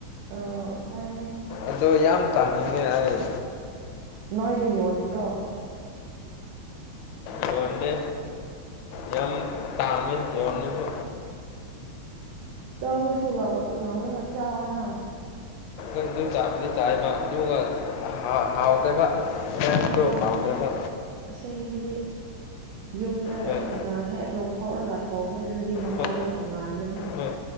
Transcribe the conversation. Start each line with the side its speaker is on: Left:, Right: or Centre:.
Right: ꯑ ꯑꯣꯊ ꯍꯥꯏꯥꯏꯅꯦꯦ
Left: ꯑꯗꯣ ꯌꯥꯝ ꯇꯥꯅꯤꯡꯉꯦ ꯑꯩ
Right: ꯅꯣꯏꯗ ꯌꯣꯟꯗ꯭ꯔꯣ
Left: ꯌꯣꯦ ꯌꯥꯝ ꯇꯥꯃꯤ ꯌꯣꯁꯨ
Right: ꯄꯅꯁꯨ ꯂꯧꯔꯒ ꯆꯥꯅ
Left: ꯑꯗꯨ ꯆꯥꯕꯗꯤ ꯆꯥꯏꯕ ꯑꯗꯨꯒ ꯍꯥꯎꯇ꯭ꯔꯦꯕ ꯃ ꯇꯣ
Right: ꯍꯣꯏ
Left: ꯄꯥꯝꯃꯦꯗ
Right: ꯑꯁꯦꯡꯕꯗꯤ ꯌꯨꯝꯗꯒ
Left: ꯍꯣꯏ
Right: ꯍꯦꯛ ꯂꯧꯊꯣꯛꯔꯒ ꯊꯣꯡꯕꯗꯨꯅꯗꯤ ꯃꯍꯥꯎꯗꯣ
Left: ꯍꯣꯏ
Right: ꯇꯣꯉꯥꯟꯕꯅꯦ
Left: ꯍꯣꯏ